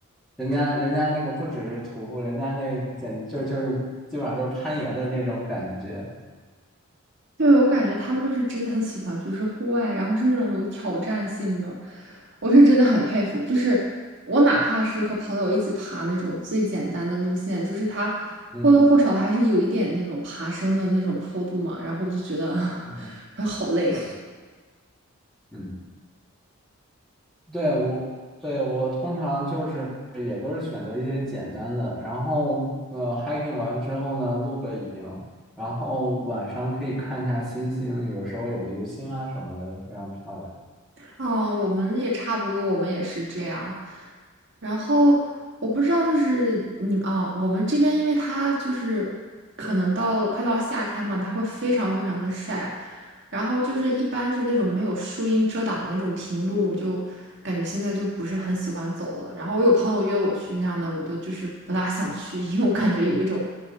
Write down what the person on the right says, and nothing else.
对，我感觉他们是真的很喜欢，就是户外，然后是那种有挑战性的，我是真的很佩服。就是我哪怕是和朋友一起爬那种最简单的路线，就是它或多或少还是有一点那种爬升的那种坡度嘛，
然后我就觉得
<laughs> 好累。
哦，我们也差不多，我们也是这样。然后我不知道，就是你啊，我们这边因为它就是可能到了快到夏天嘛，它会非常非常的晒，然后就是一般是那种没有树荫遮挡的那种平路，我就感觉现在就不是很喜欢走了。然后我有朋友约我去那样的，我都就是不大想去，<laughs> 因为我感觉有一种